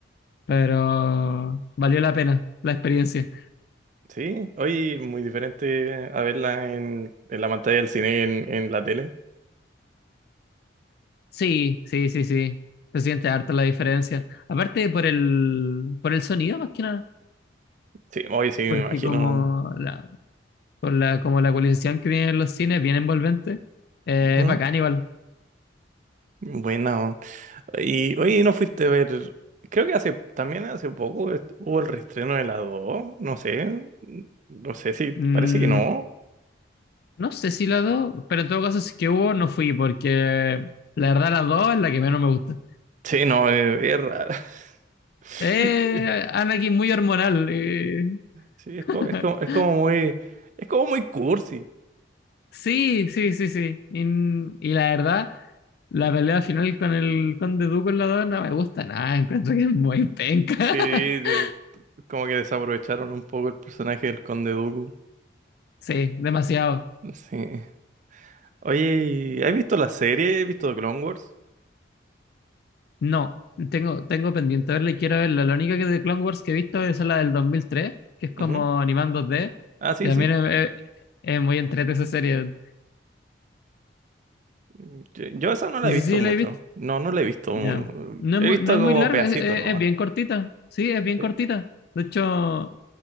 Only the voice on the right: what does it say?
Sí, hoy muy diferente a verla en, en la pantalla del cine, en, en la tele.
Sí, hoy sí, me
imagino.
Ujú.
Buena, weón. Y hoy no fuiste a ver. Creo que hace también hace poco est- hubo el reestreno de la 2. No sé. No sé si. Parece
que no.
Sí, no, es, es raro. <laughs>
Sí, es,
co- es como, es como muy, es como muy cursi.
Sí, de-
como que desaprovecharon un poco el personaje del Conde Dooku.
Sí. Oye, ¿y ¿has visto la serie? ¿Has visto The Clone Wars?
Ujú.
Ah, sí,
sí.
Mm, Yo, yo esa no la
he
visto
mucho.
No, no la he visto.
mu-
He
visto
como
pedacitos
nomás.
¿Sí?